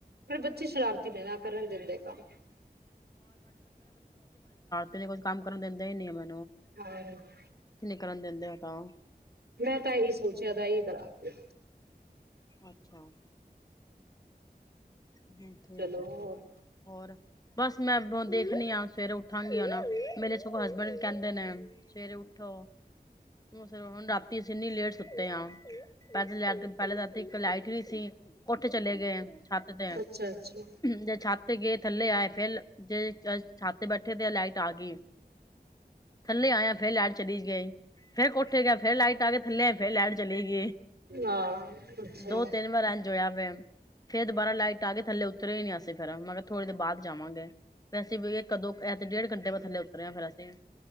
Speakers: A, on the right; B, on the left.
A: ਪਰ ਬੱਚੇ ਸ਼ਰਾਰਤੀ ਜੇਨ ਕਰਨ ਦਿੰਦੇ ਕੰਮ।
B: ਤੁੱਸੀ ਕੁੱਛ ਕੰਮ ਕਰਨ ਦੇੰਦੇ ਹੀ ਨਹੀਂ ਮੈਂ
A: <inaudible>
B: ਕਰਨ ਦਿੰਦੇ ਆ ਤਾਂ ਉਹ
A: ਮੈਂ ਤਾਂ ਇਹੀ ਸੋਚਿਆ ਦਾ ਇਹਾਂ ਹੀ ਕਰਾਂਗੀ।
B: ਅੱਛਾ ਹਮ ਠੀਕ-ਠੀਕ
A: ਚਲੋ ਹੋਰ
B: ਹੋਰ। ਬਸ ਮੈਂ ਦੇਖਣੀ ਆ ਸਵੇਰੇ ਉੱਠਾਂਗੀ ਹੁਣ ਮੇਰੇ ਸਗੋਂ ਹਸਬੈਂਡ ਵੀ ਕਹਿੰਦੇ ਨੇ ਸਵੇਰੇ ਉੱਠੋ <unintelligible> ਹੁਣ ਰਾਤੀ ਅਸੀਂ ਇੰਨੀ ਲੇਟ ਸੁੱਤੇ ਆ <unintelligible> ਇੱਕ ਲਾਈਟ ਸੀ ਉੱਠ ਚਲੇ ਗਏ ਛੱਤ ਤੇ
A: ਅੱਛਾ ਅੱਛਾ
B: ਜੇ ਛੱਤ ਤੇ ਗਏ ਥੱਲੇ ਆਏ ਫੇਰ ਜੇ ਛਾ ਤੇ ਬੈਠੇ ਤੇ ਲਾਈਟ ਆ ਗਈ ਥੱਲੇ ਆਇਆ ਫੇਰ ਲਾਈਟ ਚਲੀ ਗਈ ਫੇਰ ਕੋਠੇ ਗਿਆ ਫੇਰ ਲਾਈਟ ਆ ਕੇ ਥੱਲੇ ਫੇਰ ਲਾਈਟ ਚਲੇ ਗਈ
A: ਹਾਂ ਅੱਛਾ
B: ਦੋ ਤਿੰਨ ਵਾਰਾਂ ਇੰਜ ਹੋਇਿਆ ਪਇ ਫੇਰ ਦੁਬਾਰਾ ਲਾਈਟ ਆ ਗਈ ਥੱਲੇ ਉਤਰਰੇ ਹੀ ਨੀ ਅਸੀ ਫੇ ਮੈਂਰ ਥੋੜ੍ਹੀ ਦੇ ਬਾਅਦ ਜਾਵਾਂਗੇ ਵੈਸੇ ਇਹ ਕਦੋਂ ਐ ਡੇਢ ਘੰਟੇ ਬਾਦ ਥਲੇ ਉਤਰਿਆ ਫੇਿਰ ਅਸੀਂ